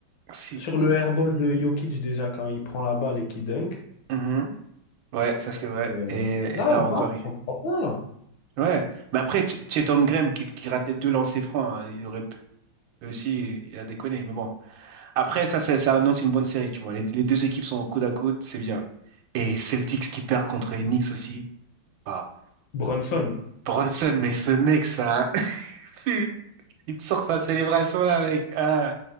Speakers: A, on the right; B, on the left.
A: c'est
B: Sur
A: ouf.
B: le airball de Jokic, déjà, quand il prend la balle et qu'il dunk.
A: Mhm. Ouais, ça c'est vrai.
B: Euh,
A: Et,
B: et là
A: et là
B: encore,
A: encore,
B: son trois points, là.
A: Ouais, mais après, Ch- Chet Holmgren qui, qui rate les deux lancers francs, hein, il aurait pu lui aussi, il a déconné. Mais bon, après, ça, ça, ça annonce une bonne série, tu vois. Les, les deux équipes sont au coude à coude, c'est bien. Et Celtics qui perd contre les Knicks aussi. Ah,
B: Brunson,
A: Bronson, mais ce mec, ça, <laughs> il te sort sa célébration là, mec. Ah,